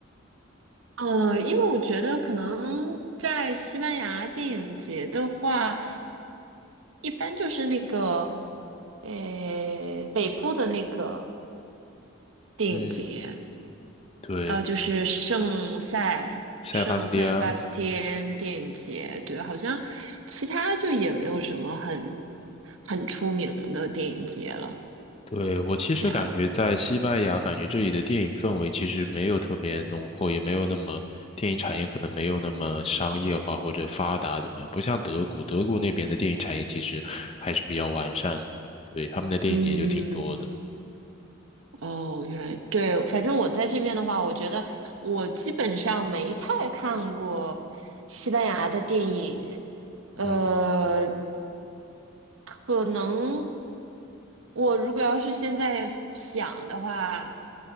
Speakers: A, on the right (about 75°); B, on the left (about 30°).
A: 嗯，因为我觉得可能在西班牙电影节的话，一般就是那个，呃，北部的那个电影节，
B: <laughs> 嗯，对，
A: 呃，就是圣塞圣塞巴斯蒂安电影节，
B: 塞巴斯蒂安，
A: 对，好像其他就也没有什么很很出名的电影节了，
B: 对，我其实感觉在西班牙，
A: 这样，
B: 感觉这里的电影氛围其实没有特别浓厚，也没有那么电影产业可能没有那么商业化或者发达怎么样，不像德国，德国那边的电影产业其实还是比较完善的，对，他们的电影节就挺多的。
A: 嗯。哦，原来对，反正我在这边的话，我觉得我基本上没太看过西班牙的电影，呃，
B: 嗯，
A: 可能我如果要是现在想的话，